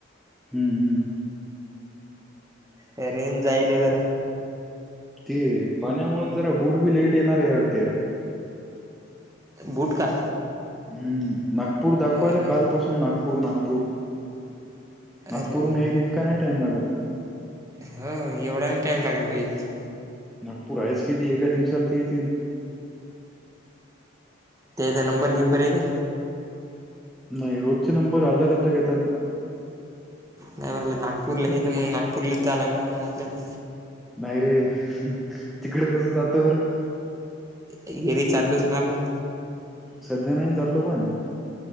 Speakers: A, in the centre; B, on the right.
A: हम्म हम्म.
B: हं रेंज जायले जरा.
A: ते पाण्यामुळेच जरा बुटबी लेट येणारे वाटते यार.
B: बुट का?
A: हम्म नागपूर दाखवायला
B: अरे
A: कालपसून नागपूर नागपूर. नागपूर
B: अरे
A: हून यायला इतका नाही टाइम लागत.
B: ह एवढा नाही टाइम लागायला पाहिजे.
A: नागपूर हायेच किती? एका दिवसात तर येतेन.
B: तेचा नंबर बिंबर आहे का?
A: नाही रोजचे नंबर अलग अलग येतात ना?
B: नाही म्हणल नागपूरलेय त मग नागपूरलाच जायला लागेल ना आपल्याला.
A: नाही रे. तिकडं कस जातो बर.
B: येरी चाललोच ना मंग.
A: सध्या नाही ना चाललो पण.